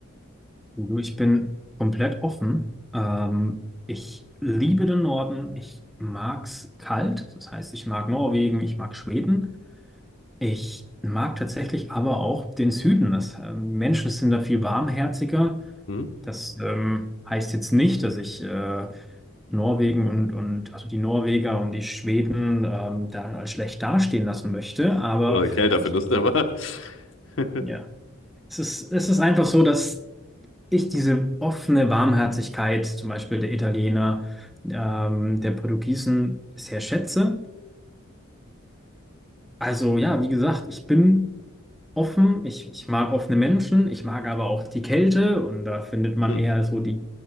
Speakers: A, in the centre; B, on the left.
A: Du, ich bin komplett offen. Ähm, ich liebe den Norden. Ich mag's kalt. Das heißt, ich mag Norwegen, ich mag Schweden. Ich mag tatsächlich aber auch den Süden. Das, ähm, Menschen sind da viel warmherziger.
B: Hm?
A: Das ähm, heißt jetzt nicht, dass ich äh, Norwegen und, und also die Norweger und die Schweden ähm, da als schlecht dastehen lassen möchte. Aber
B: Oder kälter
A: es-
B: findest du aber. <laughs>
A: ja, es ist, es ist einfach so, dass ich diese offene Warmherzigkeit, zum Beispiel der Italiener, ähm, der Portugiesen, sehr schätze. Also ja, wie gesagt, ich bin offen, ich, ich mag offene Menschen, ich mag aber auch die Kälte und da findet man
B: Hm.
A: eher so die